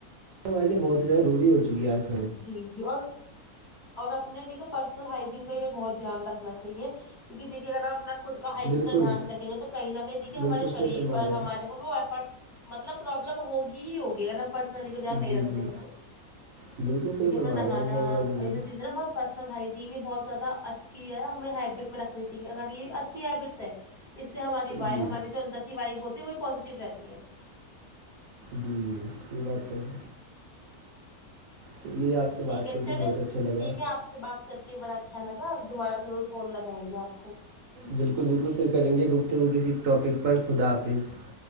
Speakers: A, on the right; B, on the left.
A: ہمارے لیے بہت ہی زیادہ ضروری ہو چکی ہے آج ک
B: جی جی اور اور اپنے دیکھئے پرسنل ہائجین کا بھی بہت دھیان رکھنا چاہیے کیونک دیکھئے اگر آ پ نہ خود ہائجین
A: بالکل
B: کا دھیان رکھیں گے تو کہیں نہ کہیں دیکھئے ہمارے
A: بالکل
B: شریر
A: صحیح فرما
B: پر
A: رہے
B: ہمارے وہ افیکٹ مطلب پرابلم ہوگی ہی ہوگی اگر ہم پرسنل ہائجین
A: ہیں
B: کا دھیان نہیں
A: جی
B: رکھتے
A: جی
B: ہیں تو
A: بالکل صحیح
B: دیکھئے
A: فرما
B: اپن نہانا
A: رہے ہیں بہت زیادہ ضروری
B: یہ سب چیزیں ہےنہ بہت پرسنل ہائجین یہ بہت زیادہ اچھی ہے ہمیں ہیبٹ میں رکھنی چاہئے اگر یہ اچھی ہیبٹ اس سے ہماری وائ
A: جی
B: ہماری جو اندر کی وائیب ہوتی ہے وہ بھی پو زیٹیو رہتی ہے
A: جی جی یہ بات تو ہے چلیے آپ سے
B: ٹھیک
A: بات
B: ہے
A: کر کے
B: چلے
A: بہت اچھا لگا
B: ٹھیک ہے آپ سے بات کر کے بڑا اچھا لگا دوبارہ ضرور فون لگائیں گے آپکو
A: بالکل بالکل فر کریں گے گفتگو کسی ٹاپک پر خداحفظ